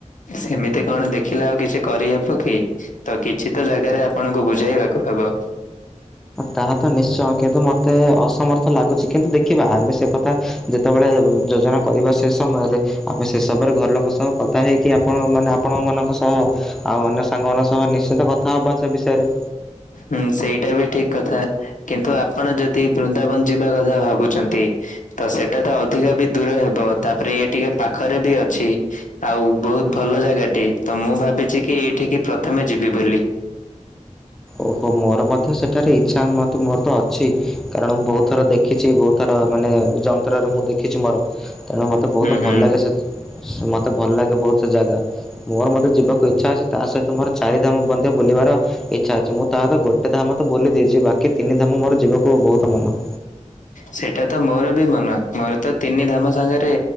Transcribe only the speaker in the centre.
ତାହା ତ ନିଶ୍ଚୟ କିନ୍ତୁ ମତେ ଅସମର୍ଥ ଲାଗୁଛି କିନ୍ତୁ ଦେଖିବା ଆମେ ସେ କଥା ଯେତେବେଳେ ଯୋଜନା କରିବା ସେ ସମୟରେ ମୁଁ ସେସବରେ ଘର ଲୋକ ସହ କଥା ହେଇକି ଆପଣ ମାନେ ଆପଣ ମାନଙ୍କ ସହ ଆଉ ଅନ୍ୟ ସାଙ୍ଗମାନାନଙ୍କ ସହ ନିଶ୍ଚିନ୍ତ କଥା ହବା ସେ ବିଷୟରେ।
ଓହୋ ମୋର ମଧ୍ୟ ସେଠାରେ ଇଚ୍ଛା ମ-ମୋର ତ ଅଛି କାରଣ ମୁଁ ବହୁତ ଥର ଦେଖି। ଦେଖିଛି ବହୁତ ଥର ମାନେ ଯନ୍ତ୍ରରେ ମୁଁ ଦେଖିଛି ମୋର ତେଣୁ ମତେ ବହୁତ
ଭଲ ଲାଗେ ସେ। ମୋତେ ଭଲ ଲାଗେ ବହୁ ସେ ଜାଗା। ମୋର ମଧ୍ୟ ଯିବାକୁ ଇଚ୍ଛା ଅଛି ତା ସହିତ ମୋର ଚାରିଧାମ ବନ୍ଦ ବୁଲିବାର ଇଚ୍ଛା ଅଛି ମୁଁ ତାହା ତ ଗୋଟେ ଧାମ ତ ବୋଲି ଦେଇଛି ବାକି ତିନି ଧାମ ମୋର ଯିବାକୁ ବହୁତ ମନ।